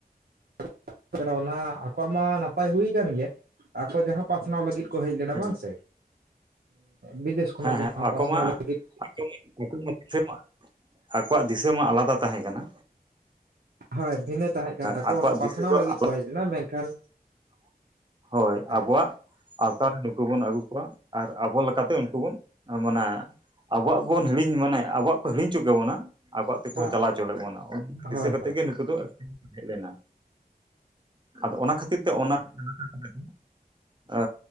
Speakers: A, on the right; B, on the right.
A: <unintelligible> ᱚᱱᱟ ᱟᱠᱚᱣᱟᱜ ᱢᱟ ᱱᱟᱯᱟᱭ ᱦᱩᱭ ᱟᱠᱟᱱ ᱜᱮᱭᱟ ᱟᱠᱚ ᱡᱟᱦᱟᱸ ᱯᱟᱥᱱᱟᱣ ᱞᱟᱹᱜᱤᱫ ᱠᱚ ᱦᱮᱡ ᱞᱮᱱᱟ
B: ᱦᱮᱸ
A: ᱵᱟᱝ ᱥᱮ ᱵᱤᱫᱮᱥ ᱠᱷᱚᱱᱟᱜ
B: ᱦᱮᱸ ᱦᱮᱸ
A: ᱡᱟᱦᱟᱸ
B: ᱟᱠᱚ
A: ᱯᱟᱥᱱᱟᱣ
B: ᱢᱟ
A: ᱞᱟᱹᱜᱤᱫ
B: <unintelligible> ᱟᱠᱚᱣᱟᱜ ᱫᱤᱥ ᱫᱤᱥᱟᱹ ᱢᱟ ᱟᱞᱟᱫᱟ ᱛᱟᱦᱮᱸ ᱠᱟᱱᱟ᱾
A: ᱦᱳᱭ ᱵᱷᱤᱱᱟᱹ ᱛᱟᱦᱮᱸᱫ ᱠᱟᱱ ᱛᱟᱠᱚ
B: ᱟᱠᱚᱣᱟᱜ
A: ᱚᱱᱟ ᱯᱟᱥᱱᱟᱣ
B: ᱫᱤᱥᱟᱹ ᱫᱚ
A: ᱞᱟᱹᱜᱤᱫ
B: ᱟᱞᱟᱫᱟ
A: ᱠᱚ ᱦᱮᱡ ᱞᱮᱱᱟ, ᱢᱮᱱᱠᱷᱟᱱ
B: ᱦᱳᱭ ᱟᱵᱚᱣᱟᱜ
A: ᱦᱮᱸ
B: ᱟᱣᱛᱟᱨᱣ ᱱᱩᱠᱩ ᱵᱚᱱ ᱟᱹᱜᱩ ᱠᱚᱣᱟ ᱟᱨ ᱟᱵᱚ ᱞᱮᱠᱟᱛᱮ ᱩᱱᱠᱩ ᱵᱚᱱ ᱢᱟᱱᱮ ᱟᱵᱚᱣᱟᱜ ᱵᱚᱱ ᱦᱤᱲᱤᱧ ᱢᱟᱱᱮ ᱟᱵᱚᱣᱟᱜ ᱠᱚ ᱦᱤᱲᱤᱧ ᱦᱚᱪᱚ ᱠᱮᱵᱚᱱᱟ, ᱟᱠᱚᱣᱟᱜ ᱛᱮᱠᱚ
A: ᱦᱮᱸ
B: ᱪᱟᱞᱟᱣ ᱪᱚ ᱵᱚᱱᱟ ᱚᱱᱟ
A: ᱦᱳᱭ
B: ᱫᱤᱥᱟᱹ ᱠᱟᱛᱮᱜ
A: ᱦᱳᱭ
B: ᱜᱮ ᱱᱩᱠᱩ ᱫᱚ ᱦᱮᱡ ᱞᱮᱱᱟ᱾ ᱟᱫᱚ ᱚᱱᱟ ᱠᱷᱟᱹᱛᱤᱨ ᱛᱮ ᱚᱱᱟ <unintelligible> ᱮ